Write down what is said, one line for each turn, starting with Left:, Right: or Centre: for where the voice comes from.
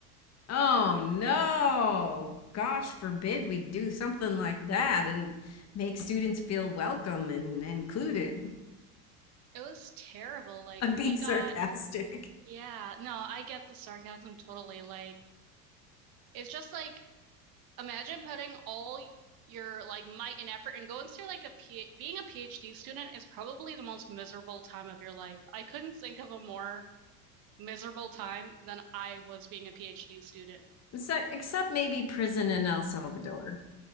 Left: Oh no. Gosh forbid we do something like that and make students feel welcome and included.
Right: It was terrible. Like,
Left: I'm
Right: we
Left: being
Right: got,
Left: sarcastic.
Right: yeah, no, I get the sarcasm totally. Like, it's just like, imagine putting all your like might and effort and going through like a P being a PhD student is probably the most miserable time of your life. I couldn't think of a more miserable time than I was being a PhD student.
Left: So, except maybe prison in El Salvador.